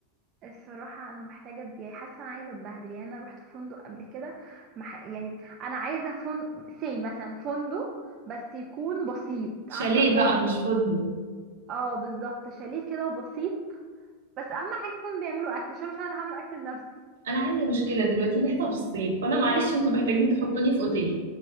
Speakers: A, on the right; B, on the right.
A: الصراحة أنا محتاجة أتبيع حاسة أنا عايزة أتبهدل يعني أنا روحت فندق قبل كده مح... يعني أنا عايزة فندق سي مثلا فندق بس يكون بسيط
B: <laughs> شاليه
A: عارفة اللي هو
B: بقى
A: الف...
B: مش فندق
A: اه بالظبط شاليه كده بسيط بس اهم حاجه يكون بيعملوا اكل عشان مش انا هعمل اكل لنفسي
B: انا عندي مشكله دلوقتي ان احنا في الصيف فانا معلش انتوا محتاجين تحطوني في اوتيل